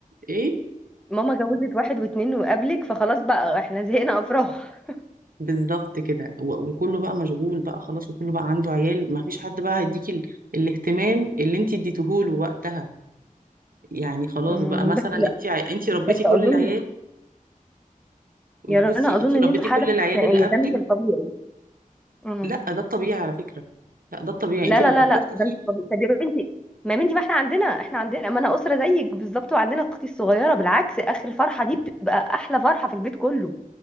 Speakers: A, on the right; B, in the centre.
A: إيه
B: ماما جوزت واحد واتنين وقبلك فخلاص بقى احنا زهقنا افراح
A: بالظبط كده و... وكله بقى مشغول بقى خلاص وكله بقى عنده عيال ما فيش حد بقى هيديكي ال... الاهتمام اللي أنتي اديتهوله وقتها يعني خلاص
B: أمم،
A: بقى مثلا
B: بس لا
A: أنتي ع... أنتي ربيتي
B: بس
A: كل
B: اظن
A: العيال
B: يا رنا
A: بصي
B: اظن
A: أنتي
B: ان
A: ربيتي
B: انتوا حاله
A: كل
B: استثنائيه
A: العيال اللي قبلك
B: ده مش الطبيعي أمم.
A: لا ده الطبيعي على فكرة لا ده الطبيعي
B: لا
A: أنتي
B: لا
A: لو فكرتي
B: لا لا ده
A: فيه
B: مش الطبيعي طب يا بنتي ما يا بنتي ما احنا عندنا احنا عندنا ما انا اسره زيك بالظبط وعندنا اختي الصغيره بالعكس اخر فرحه دي بتبقى احلى فرحه في البيت كله